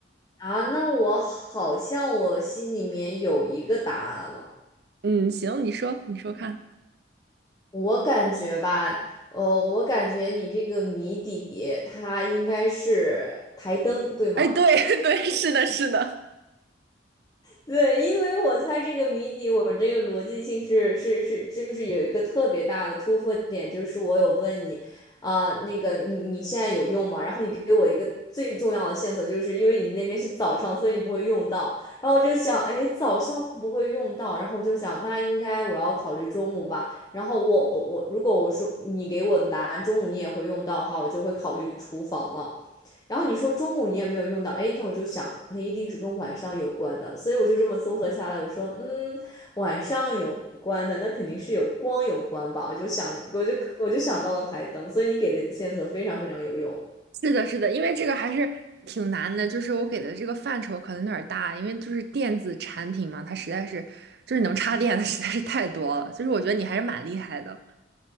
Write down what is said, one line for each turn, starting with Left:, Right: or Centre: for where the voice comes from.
Left: 啊，那我好像我心里面有一个答案了，
Right: 嗯，行，你说，你说看。
Left: 我感觉吧，呃，我感觉你这个谜底它应该是台灯，对吗？
Right: 哎，对 <laughs> 对，是的，是的，
Left: 对，因为我猜这个谜底，我这个逻辑性是是是，就是有一个特别大的突破点，就是我有问你，啊、那个你你现在有用吗？然后你给我一个最重要的线索，就是因为你那边是早上，所以你不会用到。然后我就想，哎，早上不会用到，然后我就想，那应该我要考虑中午吧。然后我我我，如果我说你给我的答案中午你也会用到的话，我就会考虑厨房了。然后你说中午你也没有用到，哎，那我就想，那一定是跟晚上有关的，所以我就这么综合下来，我说，嗯，晚上有关的，那肯定是有光有关吧，我就想，我就我就想到了台灯，所以你给的线索非常非常有用，
Right: 是的，是的，因为这个还是挺难的，就是我给的这个范畴可能有点儿大，因为就是电子产品嘛，它实在是就是能插电的实在是太多了，就是我觉得你还是蛮厉害的。